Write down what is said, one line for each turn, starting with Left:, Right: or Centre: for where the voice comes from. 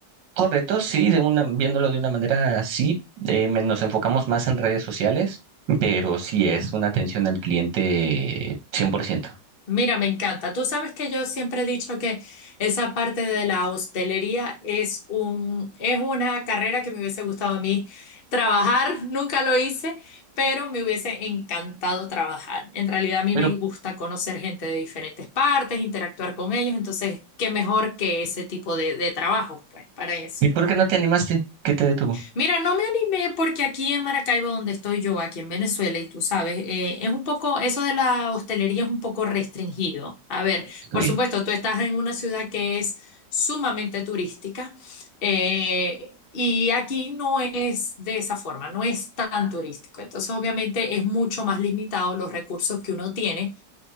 Right: Correcto, sí, de una, viéndolo de una manera así, eh, me- nos enfocamos más en redes sociales, pero sí es una atención al cliente cien por ciento.
Left: Mira, me encanta. Tú sabes que yo siempre he dicho que esa parte de la hostelería es un, es una carrera que me hubiese gustado a mí trabajar. <laughs> Nunca lo hice, pero me hubiese encantado trabajar. En realidad a mí
Right: Pero,
Left: me gusta conocer gente de diferentes partes, interactuar con ellos. Entonces, qué mejor que ese tipo de, de trabajo, pues, para eso.
Right: ¿y por qué no te animaste? ¿Qué te detuvo?
Left: Mira, no me animé porque aquí en Maracaibo, donde estoy yo, aquí en Venezuela, y tú sabes, eh, es un poco, eso de la hostelería es un poco restringido. A ver,
Right: Ok,
Left: por supuesto, tú estás en una ciudad que es sumamente turística, eh, y aquí no es de esa forma, no es tan turístico. Entonces, obviamente, es mucho más limitado los recursos que uno tiene